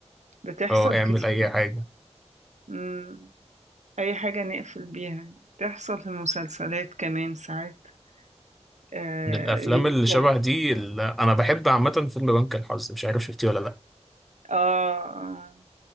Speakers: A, on the right; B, in the centre.
A: بتحصل
B: اه اعمل
A: كتير
B: اي حاجة
A: مم. اي حاجة نقفل بيها يعني بتحصل في المسلسلات كمان ساعات اه,
B: من الافلام
A: يقفل-
B: اللي شبه دي اللي انا بحب عامة فيلم بنك الحظ مش عارف شفتيه ولا لا
A: آه. آه.